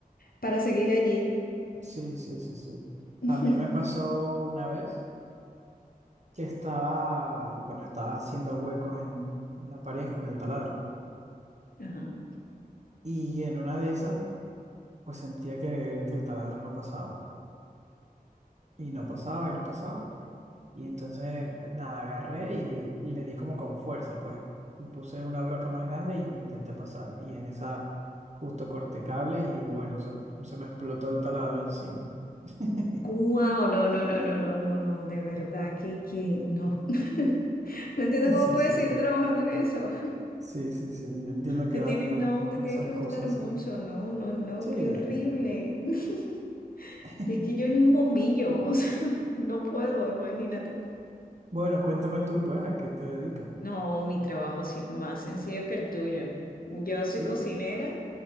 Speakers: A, on the left; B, on the right.
A: para seguir allí.
B: Sí, sí, sí, sí.
A: <laughs>
B: También me pasó una vez que estaba, bueno, estaba haciendo huecos en, en la pared con el taladro.
A: Ajá.
B: Y en una de esas, pues sentía que, que el taladro no pasaba. Y no pasaba, y no pasaba. Y entonces, nada, agarré y le di como con fuerza, pues. Y Puse una broca más grande y intenté pasar. Y en esa justo corté cable y bueno, eso se me explotó el taladro encima. <laughs>
A: Guau, no, no, no, no, no, no, no, de verdad que, que no. <laughs> No entiendo cómo
B: Sí,
A: puedes
B: sí,
A: seguir
B: sí.
A: trabajando en eso.
B: Sí, sí, sí. Yo entiendo
A: Te
B: que da
A: tiene,
B: miedo
A: no, te
B: por
A: tiene
B: esas
A: que
B: cosas,
A: gustar mucho,
B: sí.
A: no, no, no,
B: Sí.
A: qué horrible. <laughs>
B: <laughs>
A: Y es que yo ni un bombillo, o sea, <laughs> no puedo, imagínate.
B: Bueno, cuéntame tú, pues, ¿a qué te dedicas?
A: No, mi trabajo sí es más sencillo que el tuyo. Yo soy
B: Sí,
A: cocinera,